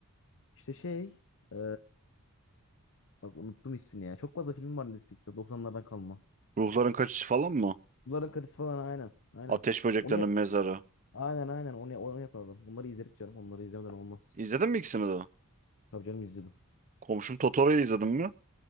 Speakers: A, on the left; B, on the right.
A: İşte şey ee, Bak unuttum ismini ya. Çok fazla film var Netflix'te Doksanlardan kalma.
B: Ruhların Kaçışı falan mı?
A: Bunların karısı falan aynen. Aynen.
B: Ateş Böceklerinin
A: Onu yap
B: Mezarı.
A: aynen aynen onu, onu yapalım. Onları izledik canım. Onları izlemeden olmaz.
B: İzledin mi ikisini de?
A: Tabii canım izledim.
B: Komşum Totoro'yu izledin mi?